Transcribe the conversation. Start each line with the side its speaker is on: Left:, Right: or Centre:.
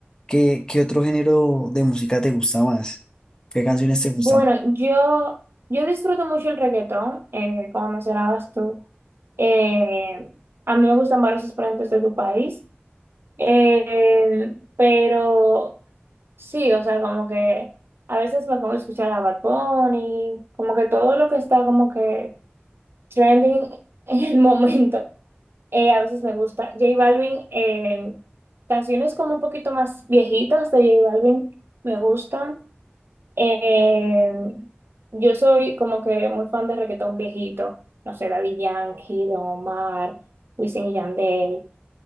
Left: ¿qué, qué otro género de música te gusta más? ¿Qué canciones te gustan
Right: Bueno, yo, yo disfruto mucho el reggaetón, eh, como mencionabas tú. Eh, a mí me gustan varios exponentes de tu país, Eh, pero sí, o sea, como que a veces me pongo a escuchar a Bad Bunny, como que todo lo que está como que trending <laughs> en el momento, eh, a veces me gusta. J Balvin, eh, canciones como un poquito más viejitas de J Balvin me gustan. Eh, yo soy como que muy fan de reggaetón viejito, no sé, Daddy Yankee, Don Omar, Wisin y Yandel.